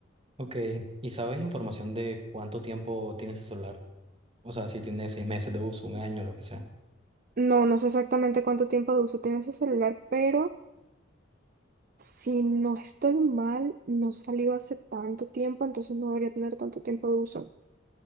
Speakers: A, on the right (about 30°); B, on the right (about 50°).
A: Ok, ¿y sabes información de cuánto tiempo tiene ese celular? O sea, si tiene seis meses de uso, un año, lo que sea.
B: No, no sé exactamente cuánto tiempo de uso tiene ese celular, pero Si no estoy mal, no salió hace tanto tiempo, entonces no debería tener tanto tiempo de uso.